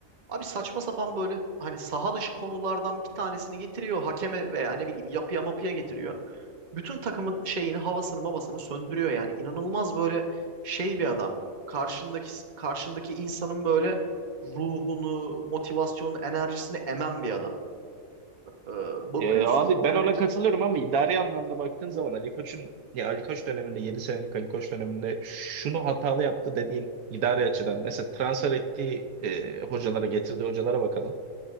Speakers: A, on the right; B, on the right.
A: Abi saçma sapan böyle hani saha dışı konulardan bir tanesini getiriyor hakeme veya ne bileyim yapıya mapıya getiriyor. Bütün takımın şeyini havasını mavasını söndürüyor yani. İnanılmaz böyle şey bir adam. Karşındaki karşındaki insanın böyle ruhunu, motivasyonunu, enerjisini emen bir adam. Ee, bakıyorsun
B: Ee, abi ben
A: yani
B: ona katılırım ama idari anlamda baktığın zaman Ali Koç'un ya Ali Koç döneminde 7 senelik Ali Koç döneminde şunu hatalı yaptı dediğin idari açıdan mesela transfer ettiği e, hocalara getirdiği hocalara bakalım